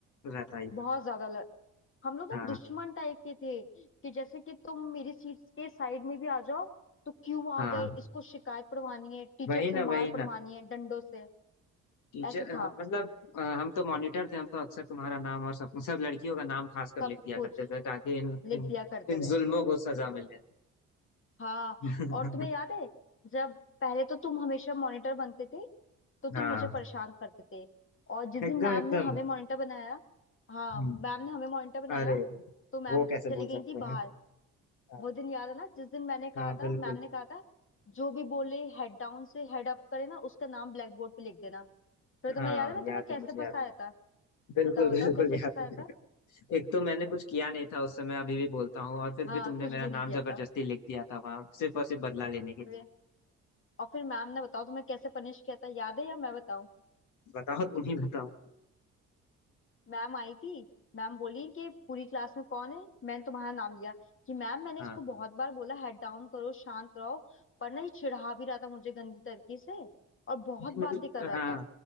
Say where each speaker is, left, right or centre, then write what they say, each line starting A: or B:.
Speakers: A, on the left; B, on the left.
A: रहता ही था
B: बहुत ज्यादा ल... हम लोग ना
A: हाँ
B: दुश्मन टाइप के थे कि जैसे कि तुम मेरी सीट के साइड में भी आ जाओ तो क्यों आ
A: हाँ
B: गए इसको शिकायत पढ़वानी है टीचर
A: वही
B: से
A: ना
B: मार
A: वही
B: पढ़वानी
A: ना
B: है डंडों से
A: टीचर
B: ऐसे था
A: हम- मतलब अ, हम तो मॉनिटर थे हम तो अक्सर तुम्हारा नाम और सब सब लड़कियों का नाम खास कर
B: सब
A: लिख दिया
B: कुछ
A: करते थे ताकि इन
B: लिख
A: इन
B: दिया करते
A: इन
B: थे
A: जुल्मों को सजा मिले
B: हाँ
A: <laughs>
B: और तुम्हें याद है जब पहले तो तुम हमेशा मॉनिटर बनते थे तो तुम
A: हाँ
B: मुझे परेशान करते थे और जिस दिन
A: एकदम
B: मैम
A: एकदम
B: ने हमें मॉनिटर बनाया हाँ
A: हम्म,
B: मैम ने हमें मॉनिटर बनाया
A: अरे
B: तो मैम
A: वो कैसे
B: चली
A: भूल
B: गई
A: सकते
B: थी बाहर
A: हैं हाँ।
B: वो दिन याद है ना जिस दिन मैंने कहा
A: हाँ बिल्कुल
B: था मैम ने कहा था जो भी बोले हेड डाउन से हेड अप करे ना उसका नाम ब्लैक बोर्ड पे लिख देना फिर तुम्हें
A: हाँ
B: याद है मैं तुम्हें
A: याद
B: कैसे
A: है मुझे
B: फंसाया
A: याद है
B: था
A: बिल्कुल
B: बताओ
A: बिल्कुल
B: बताओ कैसे
A: याद
B: फंसाया था
A: है <laughs> एक तो मैंने कुछ किया नहीं था उस समय अभी भी बोलता हूँ और फिर
B: हाँ
A: भी तुमने
B: कुछ
A: मेरा
B: भी
A: नाम
B: नहीं किया
A: जबरदस्ती
B: था
A: लिख दिया था वहां सिर्फ और सिर्फ बदला लेने के लिए
B: वे- और फिर मैम ने बताओ तुम्हें कैसे पनिश किया था याद है या मैं बताऊं
A: बताओ तुम ही बताओ
B: मैम आई थी मैम बोली कि पूरी क्लास में कौन है मैंने तुम्हारा नाम लिया कि मैम मैंने
A: हाँ
B: इसको बहुत बार बोला हेड डाउन करो शांत रहो पर ना ये चिढ़ा भी रहा था मुझे गंदी तरीके से और बहुत
A: नहीं, मतलब
B: बातें कर रहा
A: हाँ
B: था